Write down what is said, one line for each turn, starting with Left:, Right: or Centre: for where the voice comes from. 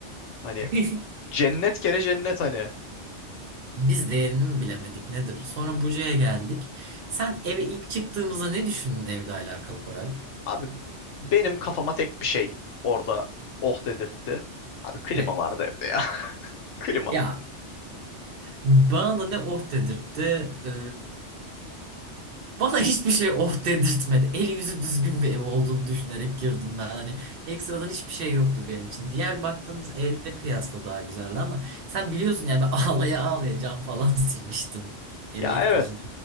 Left: Hani
Right: <laughs>
Left: cennet kere cennet hani.
Right: Biz değerini mi bilemedik nedir? Sonra Buca'ya geldik. Sen eve ilk çıktığımızda ne düşündün evle alakalı Koray?
Left: Abi benim kafama tek bir şey orada oh dedirtti. Abi klima
Right: Ne?
Left: vardı evde ya. <laughs> Klima.
Right: Ya bana da ne oh dedirtti. Ee, Bana hiçbir şey of dedirtmedi. Eli yüzü düzgün bir ev olduğunu düşünerek girdim ben. Hani ekstradan hiçbir şey yoktu benim için. Diğer baktığımız evle kıyasla daha güzeldi ama sen biliyorsun yani ben <laughs> ağlaya ağlaya cam falan <laughs> silmiştim eve
Left: Ya
Right: ilk
Left: evet.
Right: taşın.